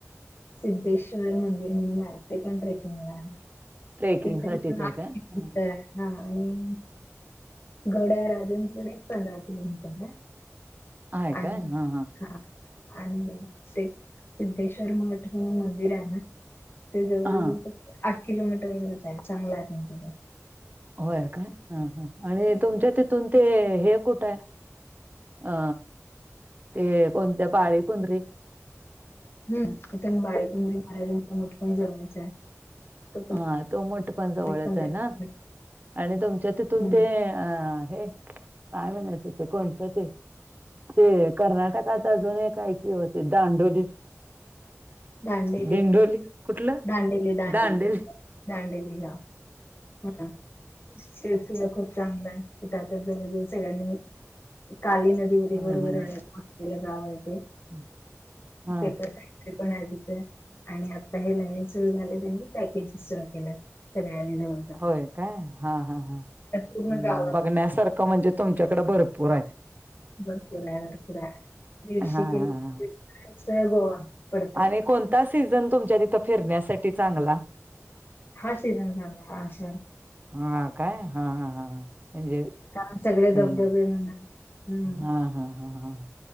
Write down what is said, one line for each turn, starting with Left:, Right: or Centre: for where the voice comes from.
Left: सिद्धेश्वर मंदिर म्हणून आहे ते पण ट्रेकिंगला आहे.
Right: ट्रेकिंग
Left: ते हा
Right: साठीच आहे काय हां.
Left: आणि गड्या राजंचच पंधरा किलोमीटरला
Right: आहे
Left: आणि
Right: काय हा
Left: हा. आणि ते सिद्धेश्वर मठ म्हणून मंदिर आहे ना ते जवळजवळ
Right: हा
Left: आठ किलोमीटरच आहे चांगलं आहे पण तिथं.
Right: होय काय ह ह आणि तुमच्या तिथून ते हे कुठ आहे. अ ते कोणत्या पाळी कुंदरी
Left: हम् इथ बारीकंदरी महाराजांच मोटकण जमवायचं आहे. तो पण
Right: हा तो मोठ पण जवळच
Left: एक पंधरा
Right: आहे ना.
Left: किलोमीटर
Right: आणि तुमच्या तिथून
Left: हम्म
Right: ते अ हे काय म्हणायचं ते कोणतं ते ते कर्नाटकात अजून काय कि होते दांडोली
Left: दांडेली
Right: भिंडोली कुठलं
Left: दांडेली दांडेली
Right: दांडली?
Left: दांडेली घा ह स खूप चांगलं आहे. इथता ज सगळ्यांनी काली नदीवर
Right: हं,
Left: बरोबर
Right: हं.
Left: आहे. गाव आहे ते
Right: हं. हां,
Left: पेपर पण आहे तिथे आणि आता हे नवीन सुरू झाले त्यांनी पॅकेजेस सुरू केले सगळ्यांनी जाऊन
Right: होय काय हा हा ह्
Left: पूर्ण गावात
Right: बघण्यासारखं म्हणजे तुमच्याकडें भरपूर आहे.
Left: भरपूर आहे भरपूर आहे दीडशे
Right: हां, हां,
Left: किलो
Right: हां.
Left: आहे गोवा पडतोय
Right: आणि कोणता सीझन तुमच्यात इथं फिरण्यासाठी चांगला
Left: हा सीझन सांगता अशा.
Right: हा काय हा हा हा. हेज
Left: कारण सगळे
Right: हम्म
Left: धबधबे म्हणा हम्म
Right: हा हा हा हा.